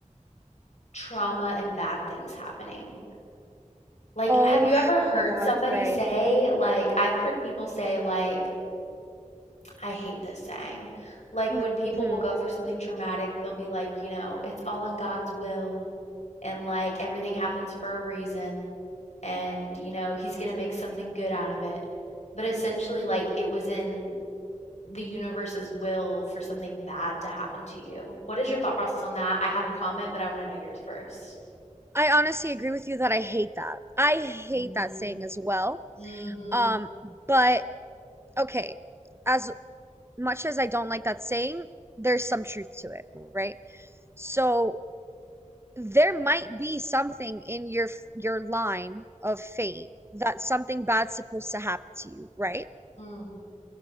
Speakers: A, on the left; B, on the right.
A: trauma and bad things happening? Like,
B: Oh
A: have you ever heard
B: my God,
A: somebody
B: right.
A: say, like, I've heard people say, like, I hate this saying. Like,
B: hmm
A: when people will go through something traumatic, they'll be like, you know, it's all in God's will, and like everything happens for a reason, and you know, he's gonna make something good out of it. But essentially, like, it was in the universe's will for something bad to happen to you. What is your thought process on that? I have a comment, but I want to know yours first.
B: I honestly agree with you that I hate that. I hate
A: Mm-hmm.
B: that saying as well.
A: Mm-hmm.
B: Um, but okay, as much as I don't like that saying, there's some truth to it, right? So there might be something in your your line of fate that something bad's supposed to happen to you, right?
A: Mm-hmm.